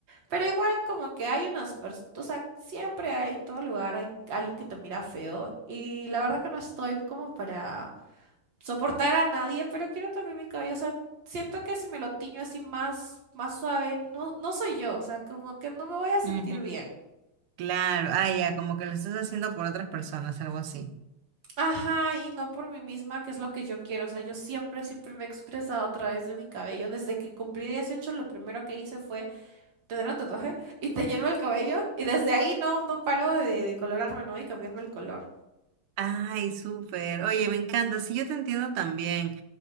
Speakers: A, on the right; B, on the right.
A: Pero igual como que hay unas personas, o sea, siempre hay en todo lugar, hay alguien que te mira feo. Y la verdad que no estoy como para soportar a nadie, pero quiero también mi cabello, o sea, siento que si me lo tiño así más, más suave, no, no soy yo, o sea, como que no me voy a sentir
B: su
A: bien.
B: Claro, ah, ya, como que lo estás haciendo por otras personas, algo así.
A: Ajá, y no por mí misma, que es lo que yo quiero, o sea, yo siempre, siempre me he expresado a través de mi cabello, desde que cumplí 18, lo primero que hice fue tener un tatuaje y teñirme el cabello, y desde ahí no, no paro de, de colorarme, ¿no? Y cambiarme el color.
B: Ay, súper. Oye, me encanta. Sí, yo te entiendo también.